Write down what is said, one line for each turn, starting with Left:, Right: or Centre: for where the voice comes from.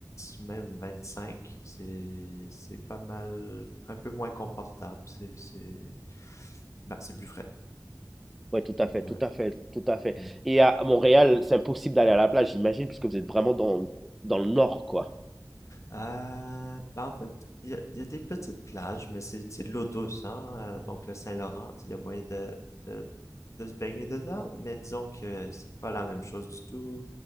Left: même 25, c'est, c'est pas mal, un peu moins confortable. C'est, c'est, bah, c'est plus frais.
Centre: Ouais, tout à fait,
Left: Ouais.
Centre: tout à fait, tout à fait.
Left: Mm.
Centre: Et à Montréal, c'est impossible d'aller à la plage, j'imagine, puisque vous êtes vraiment dans dans le nord, quoi.
Left: Euh, ben en fait, il y a, il y a des petites plages, mais c'est c'est de l'eau douce, hein? euh, Donc le Saint-Laurent, il y a moyen de, de, de se baigner dedans, mais disons que c'est pas la même chose du tout.